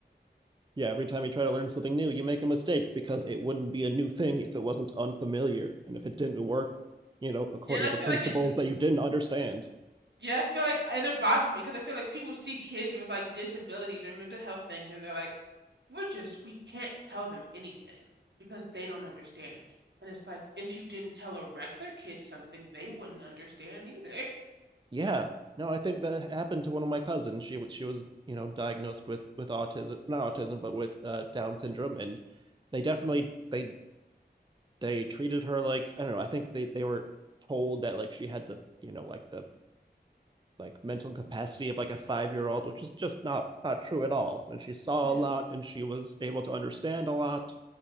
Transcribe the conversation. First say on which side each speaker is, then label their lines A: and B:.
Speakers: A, on the right; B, on the right.
A: yeah, every time you try to learn something new, you make a mistake because it wouldn't be a new thing if it wasn't unfamiliar and if it didn't work, you know, according
B: Yeah, and I feel
A: to principles
B: like it's n-
A: that you didn't understand.
B: yeah, I feel like and it bothered me because I feel like people see kids with like disabilities or mental health things, and they're like We're just, we can't tell them anything because they don't understand. And it's like, if you didn't tell a regular kid something, they wouldn't understand either. <laughs>
A: Yeah. No, I think that happened to one of my cousins. She was she was, you know, diagnosed with with autism, not autism, but with uh, Down syndrome and they definitely they they treated her like I don't know, I think they they were told that like she had the, you know, like the like mental capacity of like a five year old, which is just not not true at all. And she saw
B: Yeah.
A: a lot, and she was able to understand a lot,